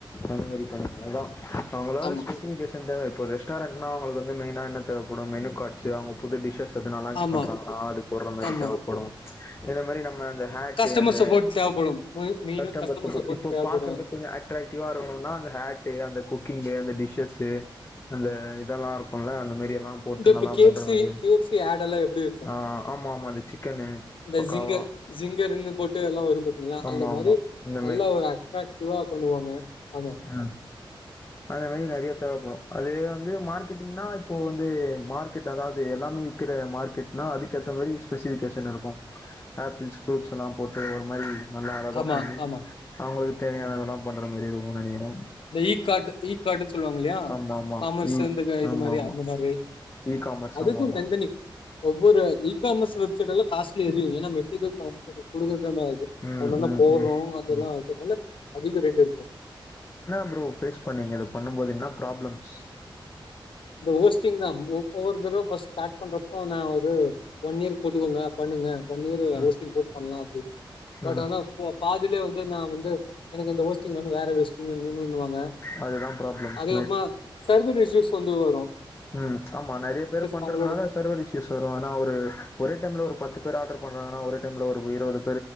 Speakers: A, on the left (about 30°); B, on the left (about 75°).
A: அந்த மாரி அதான் அவங்களோ
B: ஆமா,
A: ஸ்பெசிபிகேஷன் தேவ ஒரு ரெஸ்டாரென்ட்னா அவளுக்கு வந்து மெயினா என்ன தேவைப்படும் மெனு கார்ட்ஸ் அவங்க புது டிஷஸ் இதனா லான்ச்
B: ஆமா.
A: பண்றாங்கன்னா அது போடுற மாரி
B: ஆமா
A: தேவைப்படும் இந்த மாரி நம்ம அந்த ஹட்
B: கஸ்டமர்
A: அந்த
B: சப்போர்ட் தேவப்படும் மெ மெயினா
A: கஸ்டமர்ஸ்
B: கஸ்டமர்
A: பத்தி
B: சப்போர்ட் தேவப்படு
A: பார்க்கறது கொஞ்சம் அக்ராக்டிவா இருக்கணும்னா அந்தஹேட் அந்த குக்கிங் அந்த டிஷஸ் அந்த இதெல்லாம் இருக்கும்ல்ல அந்த மாரி எல்லா போட்டு
B: இந்த
A: நல்லா
B: கே
A: பண்ற
B: எப் சி
A: மாரி
B: கே எப் சி ஆடுல எப்படி இருக்கும்
A: ஆ ஆமா ஆமா அந்த சிக்கனு
B: இந்த
A: பக்காவா
B: ஜிங்கர் ஜிங்கர்னு போட்டு எல்லாம் வரும் பாத்திங்களா
A: ஆமா
B: அந்த
A: ஆமா
B: மாரி
A: இந்த
B: நல்லா ஒரு அக்ராக்டிவா பண்ணுவாங்க ஆமா
A: ஆஹ் அந்த மாரி நிறைய தேவைப்படும் அது வந்து மார்க்கெட்டிங்கினா இப்போது வந்து மார்க்கெட் அதாவது எல்லாமே விற்கிற மார்க்கெட்னா அதுக்கேத்த மாரி ஸ்பெசிஃபிகேஷன் இருக்கும் ஆப்பிள்ஸ் ஃப்ரூட்ஸ் எல்லாம் போட்டு ஒரு மாரி நல்லா அழகா
B: ஆமா
A: பண்ணி
B: ஆமா
A: அவங்களுக்கு தேவையான
B: ஆமா
A: இதெல்லாம் பண்ற மதிரோ போன நேரம்
B: இந்த இ கார்ட் இ கார்டுன்னு சொல்லுவாங்க இல்லையா
A: ஆமா ஆமா
B: காமர்ஸ்
A: இ
B: இந்த இது
A: ஆமா
B: மாதிரி
A: ஆமா
B: அந்த மாதிரி
A: இ காமர்ஸ்
B: அதுக்கும்
A: ஆமா ஆமா
B: தனிதனி ஒவ்வொரு வீக்க ஈகாமஸ் வெப்சைட எல்ல காஸிலி ஏது மெட்டீரியல்டுத க்கு
A: ம்
B: ஒன்னன்னா
A: ம்
B: போடுறோம்
A: ம்
B: அதெல்லாம்க்கறிறதுனால
A: ம்
B: அதிக ரேட் இருக்கும்
A: ஃப்ரோ பேஸ் பண்ணீங்க இத பண்ணும்போது என்ன ஃப்ராப்ளம்ஸ்
B: ஹோஸ்டிங் தான் ஒவ்வொருட் ஸ்டார்ட் பண்றப்ப நான் ஒரு ஒன் இயர் போட்டுக்கோங்க பண்ணுங்க ஒன் இயர்
A: ம்
B: ஸ்டிங் போட்டு பண்ணலாம் அப்படி பட்
A: ம்
B: ஆனா பாதிலே வந்து நான் வந்து எனக்கு இந்த ஹோஸ்டிங் வேற ஹோஸ்டிவாங்க
A: அதுதா ப்ராப்ளம்ஸ்
B: அதுக்கப்புறமா செர்வ இஸ் இது வரும்
A: ஹம் ஆமா நிறைய பேரு பண்றதுனால
B: அவங்களோட
A: சர்வர் இஷயூஸ் வரும் ஆனா ஒரு ஒரே டைம்ல ஒரு பத்து ஆர்டர் பண்றாங்கன்னா ஒரு டைம்ல ஒரு இருபது